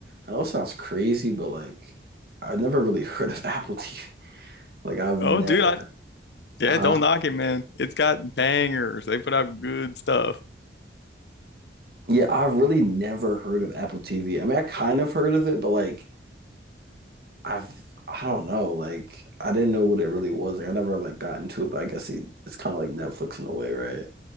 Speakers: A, on the right; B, on the left.
A: I know it sounds crazy, but like, I've never really <laughs> heard of Apple TV. Like, I've
B: Oh,
A: never.
B: dude, I, yeah,
A: Huh?
B: don't knock it, man. It's got bangers. They put out good stuff.
A: Yeah, I've really never heard of Apple TV. I mean, I kind of heard of it, but like, I've. I don't know. Like, I didn't know what it really was. Like, I never like got into it, but I guess it, it's kind of like Netflix in a way, right?